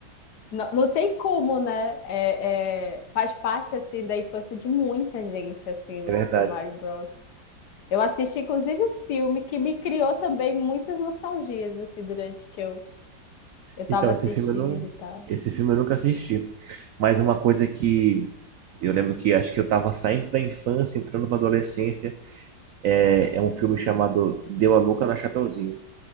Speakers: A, on the left; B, on the right.
A: não, não tem como, né? É, é, faz parte assim da infância de muita gente, assim, o
B: é verdade.
A: Super Mario Bros. Eu assisti inclusive um filme que me criou também muitas nostalgias assim durante que eu eu estava
B: Então,
A: assistindo
B: esse filme eu não,
A: e tal.
B: esse filme eu nunca assisti. Mas uma coisa que eu lembro que acho que eu estava saindo da infância, entrando para adolescência, é, é um filme chamado Deu a Louca na Chapeuzinho.